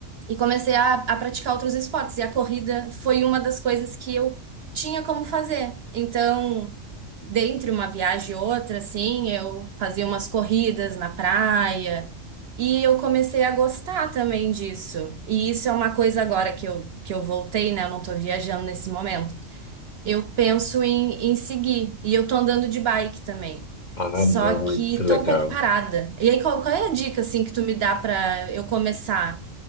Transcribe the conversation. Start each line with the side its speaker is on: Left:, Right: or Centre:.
Right: E comecei a, a praticar outros esportes. E a corrida foi uma das coisas que eu tinha como fazer. Então, dentre uma viagem e outra, assim, eu fazia umas corridas na praia. E eu comecei a gostar também disso. E isso é uma coisa agora que eu, que eu voltei, né? Eu não tô viajando nesse momento. Eu penso em, em seguir. E eu tô andando de bike também.
Left: Ah,
Right: Só
Left: muito
Right: que
Left: legal.
Right: tô um pouco parada. E aí, qual, qual é a dica, assim, que tu me dá pra eu começar?